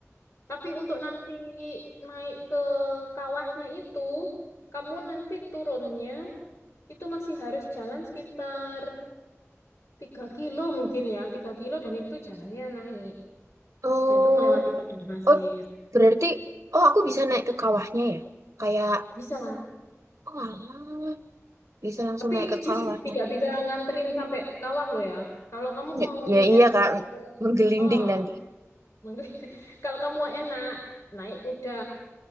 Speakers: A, on the left (about 70°); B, on the right (about 65°).
A: Tapi untuk nanti naik ke kawahnya itu, kamu nanti turunnya itu masih harus jalan sekitar 3 kilo mungkin ya, 3 kilo dan itu jalannya naik.
B: Oh,
A: Dan itu melewati padang pasir.
B: oh berarti oh aku bisa naik ke kawahnya ya? Kayak
A: Bisa.
B: oh alah, bisa langsung
A: Tapi
B: naik ke
A: jeep
B: kawahnya.
A: tidak bisa nganterin sampai kawah loh ya. Kalau kamu
B: Ya,
A: mau
B: ya iya
A: enak,
B: Kak,
A: ke-
B: menggelinding
A: oh,
B: nanti.
A: <laughs> kalau kamu mau enak, naik kuda.